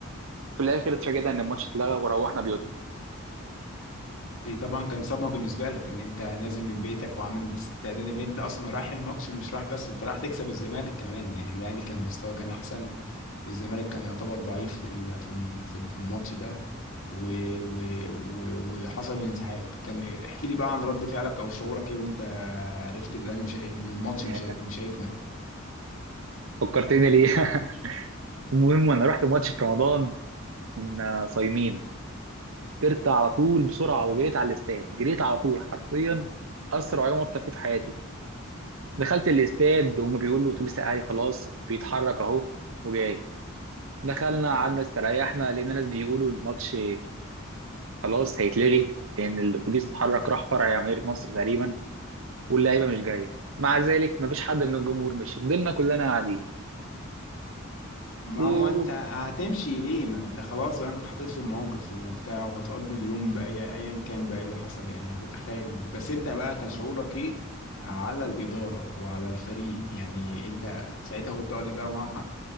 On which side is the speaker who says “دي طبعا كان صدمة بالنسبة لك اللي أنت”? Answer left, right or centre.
Left